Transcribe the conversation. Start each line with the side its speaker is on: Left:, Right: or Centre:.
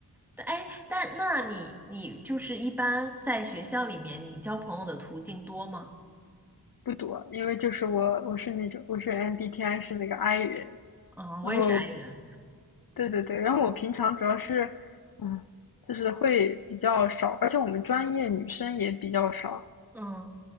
Centre: 哎，但那你你就是一般在学校里面，你交朋友的途径多吗？
Left: 不多，因为就是我我是那种我是 MBTI 是那个 I 人，
Centre: 嗯，
Left: 然后
Centre: 我也是 i 人。
Left: 对对对，然后我平常主要是嗯，就是会比较少，而且我们专业女生也比较少，
Centre: 嗯，